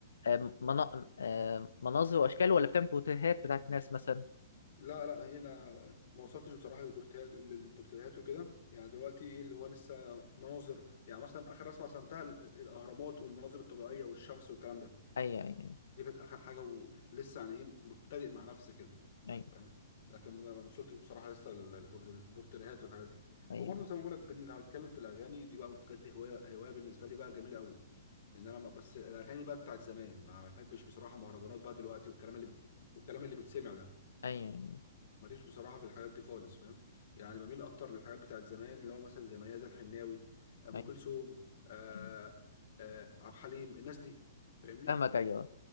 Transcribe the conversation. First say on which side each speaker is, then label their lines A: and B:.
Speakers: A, on the left; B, on the left.
A: آه، منا- آه، مناظر واشكال ولا بتعمل بوتيهات بتاعت ناس مثلا
B: لا لا هنا ما وصلتش بصراحه للبورتال للبورتاليات وكده يعني دلوقتي ايه اللي هو لسه مناظر يعني مثلا اخر رسمه رسمتها ال- الاهرامات والمناظر الطبيعيه والشمس والكلام ده
A: اي اي اي
B: دي كانت اخر حاجه ولسه يعني ايه مبتدئ مع نفسي كده
A: اي
B: فاهم لكن ما ما وصلتش بصراحه لسه للبورتاليات والحاجات دي
A: اي
B: وبرضه زي ما بقول لك بن- لو هتكلم في الاغاني دي بقى بجد هوايه هوايه بالنسبه لي بقى جميله قوي ان انا ما- بس الاغاني بقى بتاعت زمان ما بحبش بصراحه مهرجانات بقى دلوقتي والكلام اللي والكلام اللي بيتسمع ده
A: اي اي
B: ماليش بصراحة في الحاجات دي خالص فاهم يعني بميل أكتر للحاجات بتاعت زمان اللي هو مثلا زي ميادة الحناوي آه، أم
A: اي
B: كلثوم آه
A: أي.
B: آه عبد الحليم الناس دي فاهمني
A: فاهمك ايوه